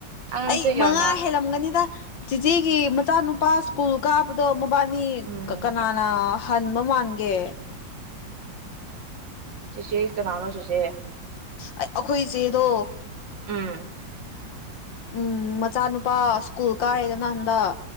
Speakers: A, on the right (about 85°); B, on the left (about 85°).
A: ꯑꯉꯥꯡꯁꯨ
B: ꯑꯩ
A: ꯌꯥꯝꯅ
B: ꯃꯉꯥ ꯍꯦꯜꯂꯝꯒꯅꯤꯗ ꯆꯤꯆꯦꯒꯤ ꯃꯆꯥꯅꯨꯄꯥ ꯁ꯭ꯀꯨꯜ ꯀꯥꯕꯗꯣ ꯃꯕꯥꯏꯅꯤ
A: ꯎꯝ
B: ꯀꯅꯥꯅ ꯍꯟꯕ ꯃꯥꯟꯒꯦ
A: ꯆꯤꯆꯦ ꯀꯅꯥꯅꯣ ꯆꯤꯆꯦ
B: ꯑꯩ ꯑꯩꯈꯣꯏ ꯆꯦꯗꯣ
A: ꯎꯝ
B: ꯎꯝ ꯃꯆꯥꯅꯨꯄꯥ ꯁ꯭ꯀꯨꯜ ꯀꯥꯔꯦꯗ ꯍꯟꯗꯛ